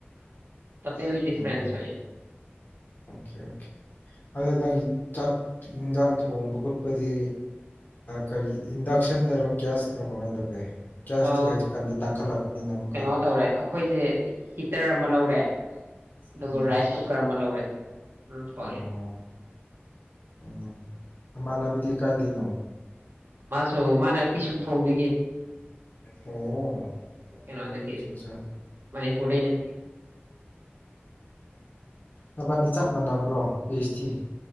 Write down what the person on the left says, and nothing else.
ꯎꯝ
ꯑꯣꯀꯦ ꯑꯣꯀꯦ ꯑꯗꯨ ꯅꯪꯒꯤ ꯆꯥꯛ ꯌꯦꯟꯖꯥꯡ ꯊꯣꯡꯕ ꯈꯣꯠꯄꯗꯤ ꯀꯔꯤ ꯏꯟꯗꯛꯁꯟꯗꯔꯣ ꯒ꯭ꯌꯥꯁꯇꯔꯣ ꯀꯃꯥꯏꯅ ꯇꯧꯒꯦ ꯒ꯭ꯌꯥꯁꯇꯤ
ꯍꯧꯖꯤꯛꯀꯥꯟꯗꯤ ꯇꯥꯡꯈꯠꯂꯛꯄꯅꯤꯅ ꯑꯃꯨꯛꯀ
ꯎꯝ
ꯑꯣ ꯎꯝ ꯏꯃꯥꯟꯅꯕꯗꯤ ꯀꯥꯏꯗꯩꯅꯣ
ꯑꯣ
ꯑꯆꯥ ꯑꯆꯥ
ꯅꯕꯥꯅꯤ ꯆꯞ ꯃꯥꯟꯅꯕ꯭ꯔꯣ ꯄꯤ ꯑꯩꯆ ꯗꯤ